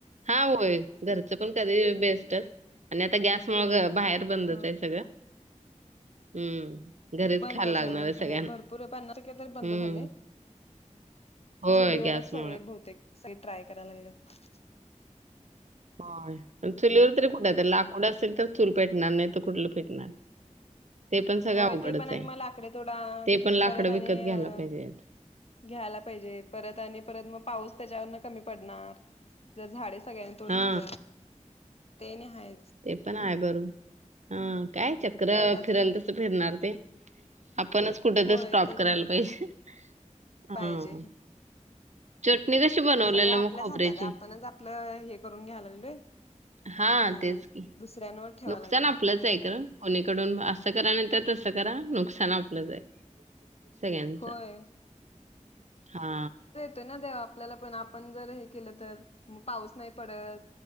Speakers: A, on the right; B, on the left.
A: हा होय, घरचं पण कधीही बेस्टच आणि आता गॅसमुळं बाहेरच बंदच
B: हो
A: हाय सगळं. हम्म. घरीच
B: बंदच
A: खायला लागणार
B: हाय होय
A: आहे
B: सगळं.
A: सगळ्यांना
B: भरपूर पन्नास टक्के तर बंद
A: हम्म
B: झालय.
A: होय
B: चुलीवरच
A: गॅसमुळे
B: सगळे बहुतेक <unintelligible> ट्राय कराय लागल्यात.
A: होय, पण चुलीवर तरी कुठंय? आता लाकूड असेल, तर चूल पेटणार नाही तर कुठलं पेटणार. ते पण सगळं
B: होय
A: अवघडच
B: ते पण हाय,
A: आहे
B: आणि म लाकडी तोडा
A: ते पण लाकडं
B: परत आणि
A: विकत घ्यायला
B: अं
A: पाहिजेत
B: घ्यायला पाहिजे परत आणि परत मग पाऊस त्याच्यावरनं कमी पडणार जर झाडे सगळ्यांनी तोडली
A: हा
B: तर ते आणि हायच.
A: ते पण आहे बरू, हा काय चक्र
B: त्यातच
A: फिरल तस फिरणार ते आपणच कुठं
B: होय
A: तर स्टॉप
B: ते
A: करायला
B: पण हाय
A: पाहिजे, हा.
B: पाहिजे
A: चटणी कशी बनवलेला
B: सगळं आपल्याच
A: मग खोबऱ्याची?
B: हातात आहे आपणच आपलं हे करून घ्यायला लागलोय
A: हा
B: आणि
A: तेच की.
B: दुसऱ्यांवर ठेवा
A: नुकसान
B: लागलोय
A: आपलंच आहे गं, कोणीकडून असं करा नाही तर तसं करा, नुकसान आप आपलंचय सगळ्यांच
B: होय
A: हा.
B: तेनं देव आपल्याला पण आपण जर हे केलं तर पाऊस नाही पडत.